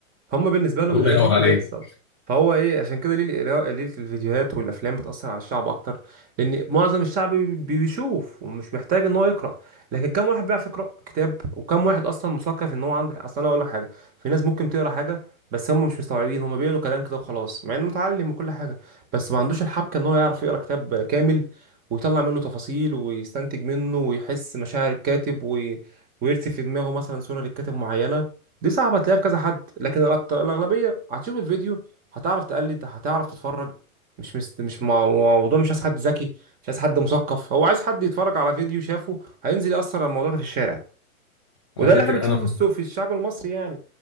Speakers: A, on the right (about 20°); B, on the left (about 20°).
A: هما بالنسبة لهم
B: الله
A: القراية
B: ينور
A: دي
B: عليك
A: بتحصل فهو إيه عشان كده ليه القراءة ليه الفيديوهات والأفلام بتأثر على الشعب أكتر لأن معظم الشعب بي- بيشوف ومش محتاج إن هو يقرأ لكن كم واحد بيعرف يقرأ كتاب وكم واحد أصلا مثقف إن هو عنده أصل أنا أقول لك حاجة في ناس ممكن تقرأ حاجة بس هم مش مستوعبين هم بيقولوا كلام كده وخلاص مع إنه متعلم وكل حاجة بس ما عندوش الحبكة إن هو يعرف يقرأ كتاب كامل ويطلع منه تفاصيل ويستنتج منه ويحس مشاعر الكاتب ويرسم في دماغه مثلا صوره للكاتب معينه دي صعبه تلاقيها في كذا حد لكن الأكت- الاغلبيه هتشوف الفيديو هتعرف تقلد هتعرف تتفرج مش مست... مش مع- موضوع مش عايز حد ذكي مش عايز حد مثقف هو عايز حد يتفرج على فيديو شافه هينزل يأثر على الموضوع ده في الشارع وده
B: على فكره
A: اللي احنا بنشوفه
B: انا
A: في السوق في الشعب المصري يعني